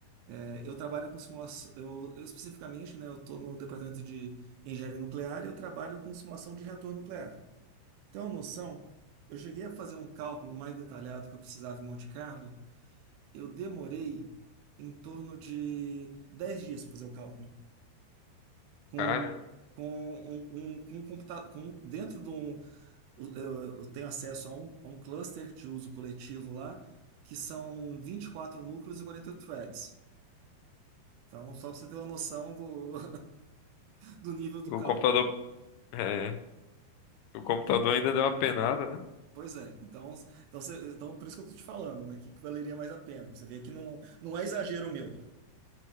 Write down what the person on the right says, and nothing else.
É, eu trabalho com simulação, eu, eu especificamente, né, eu estou no departamento de engenharia nuclear e eu trabalho com simulação de reator nuclear. Então, uma noção, eu cheguei a fazer um cálculo mais detalhado que eu precisava em Monte Carlo, eu demorei em torno de 10 dias para fazer o cálculo, com,
com um, um, com um computador, com, dentro de um, eu, eu tenho acesso a um, a um cluster de uso coletivo lá, que são 24 núcleos e 48 threads. Então, só para você ter uma noção do, do nível do
cálculo.
Pois é. Então, então, cê- então por isso que eu tô te falando, né? Que, que valeria mais a pena. Pra Você vê que não, não é exagero meu.